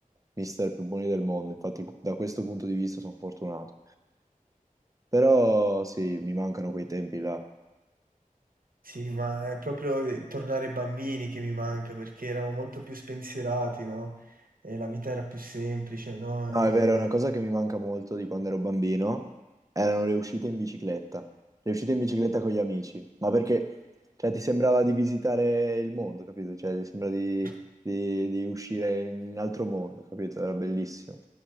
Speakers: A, on the right; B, on the right.
A: mister più buoni del mondo. Infatti, da questo punto di vista sono fortunato. Però, sì, mi mancano quei tempi là.
B: Sì, ma è proprio eh, tornare bambini che mi manca, perché eravamo molto più spensierati, no? E la vita era più semplice, no?
A: No,
B: E...
A: è vero, è una cosa che mi manca molto di quando ero bambino erano le uscite in bicicletta, le uscite in bicicletta con gli amici, ma perché, cioè, ti sembrava di visitare il mondo, capito? Cioè, ti sembra di,
B: <laughs>
A: di- di uscire in un altro mondo, capito? Era bellissimo.